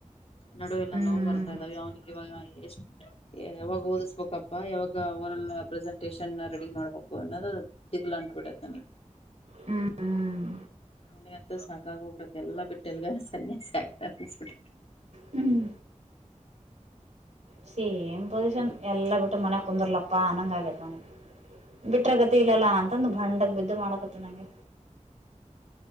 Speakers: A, on the left; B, on the right.
A: ನಡುವೆಲ್ಲ
B: ಹ್ಮ್
A: ನೋವು ಬರ್ತಾ ಇದ್ದಾವೆ ಅವ್ನಿಗೆ ಇವಾಗ ಎಷ್ಟು. ಯಾವಾಗ ಓದಿಸ್ಬೇಕಪ್ಪಾ ಯಾವಾಗ ಒರಲ್ ಪ್ರೆಸೆಂಟೇಶನ್ ರೆಡಿ ಮಾಡ್ಬೇಕು ಅನ್ನೋದು. ತಿಗಲ ಅಂಟಬಿಡತ ನನಗೆ.
B: ಹ್ಮ್ ಹ್ಮ್
A: ಅಲ್ಲಿ ಅಂತ ಸಾಕಾಗ ಹೋಗ್ಬಡಕ್ ಎಲ್ಲಾ ಬಿಟ್ಟೆಲ್ಗ ಸನ್ಯಾಸಿ ಆಗ್ತಾ ಅನ್ಬಿ.
B: ಹ್ಮ್ ಚಿ ಏನು ಪೊಸಿಷನ್ ಎಲ್ಲಾ ಬಿಟ್ಟು ಮನಯ ಕುಂದರ್ಲಪ್ಪ ಅನಂಗ ಆಗೇತ್ ಮನೆಗ್ ಬಿಟ್ಟ <unintelligible> ಬಂಡಗ್ ಬಿದ್ದು ಮಾಡಕತ್ತ ಅಂಗೆ.